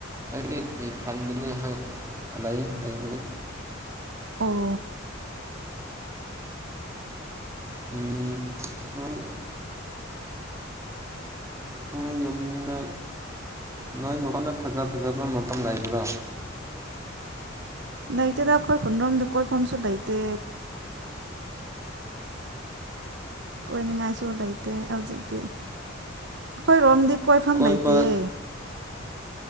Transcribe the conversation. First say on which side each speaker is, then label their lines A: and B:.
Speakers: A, on the right (about 15°); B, on the right (about 60°).
A: ꯑꯩꯗꯤ ꯏꯊꯟꯗꯅꯤ ꯍꯣꯏ ꯂꯩꯌꯦ ꯂꯩꯕꯗꯤ
B: ꯑꯣ
A: ꯎꯝ ꯍꯣꯏ ꯅꯣꯏ ꯌꯨꯝꯗ ꯅꯣꯏ ꯃꯄꯥꯟꯗ ꯐꯖ ꯐꯖꯕ ꯃꯐꯝ ꯂꯩꯕ꯭ꯔꯣ
B: ꯂꯩꯇꯦꯗ ꯑꯩꯈꯣꯏ ꯈꯨꯟꯔꯣꯝꯗ ꯀꯣꯏꯐꯝꯁꯨ ꯂꯩꯇꯦ ꯀꯣꯏꯅꯤꯡꯉꯥꯏꯁꯨ ꯂꯩꯇꯦ ꯍꯧꯖꯤꯛꯇꯤ ꯑꯩꯈꯣꯏ ꯔꯣꯝꯗꯤ ꯀꯣꯏꯐꯝ
A: ꯀꯣꯏꯕ
B: ꯂꯩꯇꯤꯌꯦ